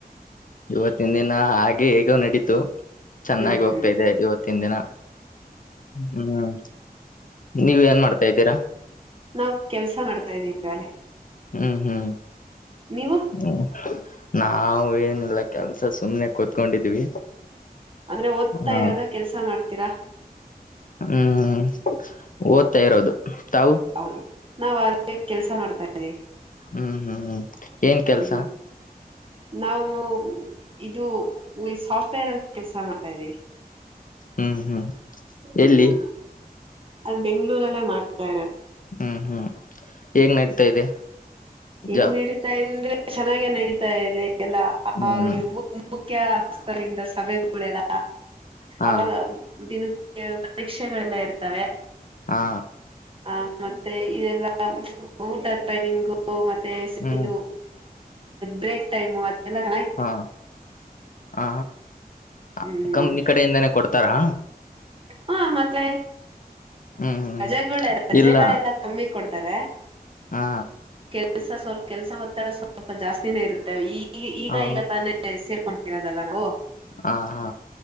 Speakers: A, on the left; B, on the right.
A: ಇವತ್ತಿನ ದಿನ ಹಾಗೆ ಹೇಗ ನಡೀತು ಚೆನ್ನಾಗಿ
B: ಹ್ಮ್
A: ಹೋಗ್ತಾ
B: ಹ್ಮ್
A: ಇದೆ ಇವತ್ತಿನ ದಿನ ಹ್ಮ್ ನೀವ ಏನ್ ಮಾಡ್ತಾ ಇದ್ದೀರಾ
B: ನಾವವು ಕೆಲ್ಸ ಮಾಡ್ತಾ ಇದೀವಿವಾಲೆ
A: ಹ್ಮ್ ಹ್ಮ್
B: ನೀವು
A: ಹ್ಮ ನಾವ ಏನಿಲ್ಲ ಕೆಲ್ಸ ಸುಮ್ನೆ ಕೂತ್ಕೊಂಡಿದ್ವಿ
B: ಅಂದ್ರೆ ಓದ್ತಾ
A: ಹ
B: ಇರೋದ ಕೆಲ್ಸ ಮಾಡ್ತೀರಾ
A: ಹ್ಮ್ ಓದ್ತಾ ಇರೋದು ತಾವು
B: ಹೌದು ನಾವ ಅ ಕೆಲ್ಸ ಮಾಡ್ತಾ ಇದ್ದೀವಿ
A: ಹ್ಮ್ ಹ್ಮ್ ಹ್ಮ್ ಏನ್ ಕೆಲ್ಸ
B: ಹ್ಮ್ ನಾವು ಇದು ಈ ಸಾಫ್ಟ್ವೇರ್ ಅಲ್ಲಿ ಕೆಲ್ಸ ಮಾಡ್ತಾ್ದೀವಿ
A: ಹ್ಮ್ ಹ್ಮ್
B: ಹ್ಮ್
A: ಎಲ್ಲಿ
B: ಅದು್ ಬೆಂಗ್ೂರಲ್ಲೇ ಮಾಡ್ತಾ ಇರತ್ತೆ
A: ಹ್ಮ್ ಹ್ಮ್ ಹೇಗ್ ನಡತಾ ಇದೆ
B: ಹೇಗ್
A: ಜಾಬ್
B: ನಡೀತಾಂದ್ರೆ ಚೆನ್ನಾಗ ನಡೀತಾ ಇದೆ ಎಲ್ಲ
A: ಹ್ಮ್
B: ಹಾಗೆ ಮುಖ್ಯಸ್ತರಿಂದ ಸಭೆಗಳೆಲ್ಲ
A: ಹಾ
B: ಅವಾಗ ದಿನ ಪರೀಕ್ಷೆಗಳೆಲ್ಲ ಇರ್ತ್ತವೆ
A: ಹಾ
B: ಹ ಮತ್ತೆ ಇದೆಲ್ಲ ಊಟ ಟೈಮಿಂಗು ಮತ್ತೆ
A: ಹ್ಮ್
B: ಇದು ಬ್ರಕ್ ಟೈಮ್ ಅದೆಲ್ಲ ಚೆನ್ನ
A: ಹಾ ಹ ಹಾ
B: ಹ್ಮ್
A: ಕಂಪ್ನಿ ಕಡೆಯಿಂದನೇ ಕೊಡ್ತಾರಾ
B: ಹ ಮತ್ತೆ
A: ಹ್ಮ್ ಹ್ಮ್
B: ರಜೆಗಳೆ ರಜೆಗಳೆಲ್ಲಾ
A: ಇಲ್ಲ
B: ಕಮ್ಮಿ ಕೊಡ್ತಾರೆ
A: ಹಾ
B: ಕೆಲ್ಸ ಸ್ವಲ್ಪ ಕೆಲ್ಸ ಒತ್ತಡ ಸ್ವಲ್ಪ ಜಾಸ್ತಿನೇ ಇರುತ್ತೇ ಈ ಈ ಈಗ
A: ಹ
B: ಈಗ ತಾನೇ ಸೇರ್ಕೊಂಡಿರೋದಲ್ಲ ನಾವು
A: ಹಾ ಹಾ